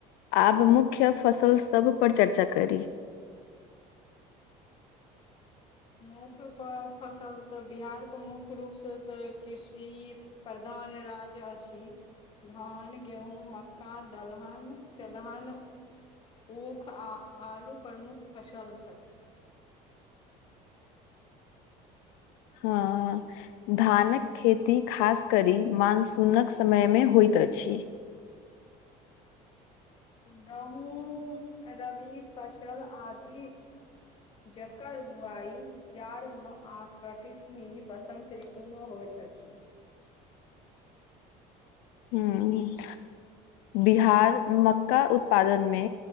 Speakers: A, on the left (about 80°); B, on the left (about 35°).
A: आब मुख्य फसल सब पर चर्चा करी
B: मुख्य प फसल तऽ बिहारके मुख्य रूपसँ तऽ कृषि प्रधान राज्य अछि धान गेहूँ मक्का दलहन तेलहन ऊख आ आलू प्रमुख फसल छथि
A: हँ धानक खेती खास करी मानस उनक समय मे होइत अछि
B: गहूँ रवि फसल आदि जकर बुआइ जाड़मे आकटितनी वसन्त ऋतुमे होइत अछि
A: हूँ बिहार मक्का उत्पादन मे